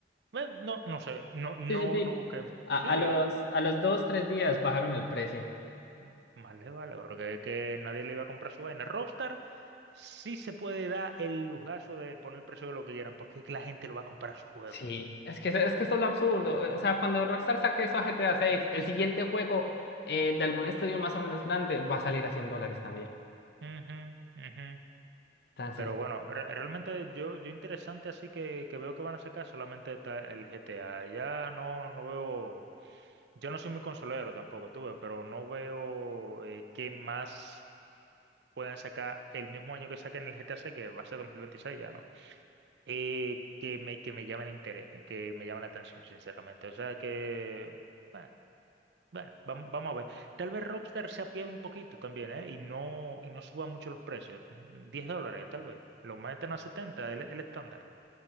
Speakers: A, on the right; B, on the left.
A: bueno, no, no sé, no, no,
B: Sí, sí, sí.
A: no busqué. inf-
B: A,
A: Sí,
B: a los,
A: ya,
B: a los dos, tres días bajaron el precio.
A: mm, más le vale, porque es que nadie le iba a comprar su vaina. Rockstar sí se puede dar el lujazo de poner el precio de lo que quieran, porque es que la gente lo va a comprar su juego.
B: Sí, es que, es que esto es lo absurdo. eh, O sea, cuando Rockstar saque eso a GTA 6, el siguiente juego eh, de algún estudio más o menos grande va a salir a 100 dólares también.
A: Ujú, ujú.
B: Entonces,
A: Pero bueno, re- realmente yo, yo interesante así que, que veo que van a sacar solamente está el GTA. Ya no, no veo. Yo no soy muy consolero tampoco, tuve, pero no veo eh, qué más puedan sacar el mismo año que saquen el GTA 6, que va a ser 2026 ya, ¿no? Eh, que me, que me llame el interés, eh, que me llame la atención, sinceramente. O sea que, bueno, bueno, vam- vamos, a ver. Tal vez Rockstar se apiade un poquito también, ¿eh? Y no, y no suba mucho los precios. diez dólares, tal vez. Lo meten a 70 el, el estándar.